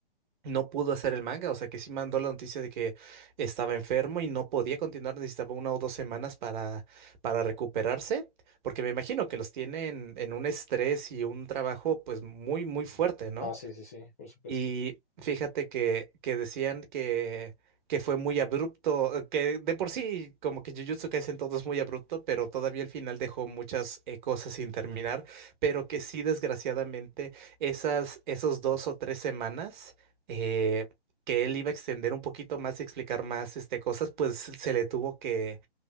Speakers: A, on the right (about 45°); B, on the left (about 15°).
A: no pudo hacer el manga, o sea que sí mandó la noticia de que estaba enfermo y no podía continuar, necesitaba una o dos semanas para, para recuperarse, porque me imagino que los tienen en en un estrés y un trabajo pues muy, muy fuerte, ¿no?
B: ah, sí, sí, sí, por supuesto.
A: Y fíjate que, que decían que, que fue muy abrupto, eh, que de por sí como que Jujutsu Kaisen todo es muy abrupto, pero todavía el final dejó muchas eh, cosas sin terminar, pero que sí desgraciadamente esas, esos dos o tres semanas eh, que él iba a extender un poquito más y explicar más este, cosas, pues se le tuvo que,